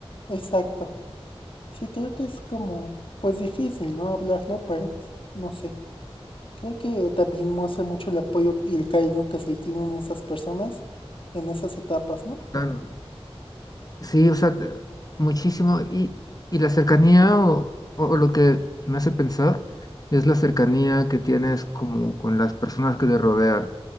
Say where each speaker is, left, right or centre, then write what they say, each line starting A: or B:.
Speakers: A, on the left; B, on the left.
A: exacto. Sí, creo que es como, pues difícil, ¿no? Hablarlo, pero t- no sé. Creo que también muestra mucho el apoyo y el cariño que se le tienen esas personas en esas etapas, ¿no?
B: Claro. Sí, o sea, te- muchísimo. Y, y la cercanía o, o- o lo que me hace pensar es la cercanía que tienes como con las personas que te rodean